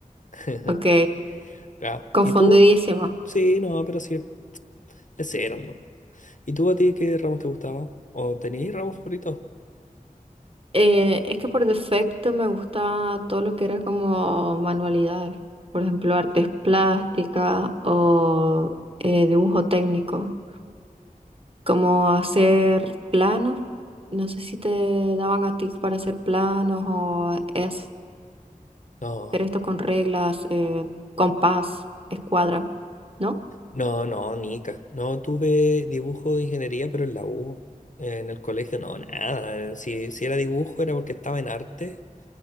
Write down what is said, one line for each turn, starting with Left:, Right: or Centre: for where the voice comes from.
Left: <laughs>
Right: Ok,
Left: Claro.
Right: confundidísima.
Left: ¿Y tú? Sí, no, pero sí, ese era, ¿no? ¿Y tú a ti qué ramos te gustaba? ¿O tenías ramos favoritos?
Right: Eh, es que por defecto me gustaba todo lo que era como manualidades, por ejemplo, artes plásticas o eh, dibujo técnico, como hacer planos, no sé si te daban a ti para hacer planos o es-
Left: No.
Right: hacer esto con reglas, eh, compás, escuadra, ¿no?
Left: No, no, Nica. No tuve dibujo de ingeniería, pero en la U. En el colegio, no, nada. Eh, Si, si era dibujo era porque estaba en arte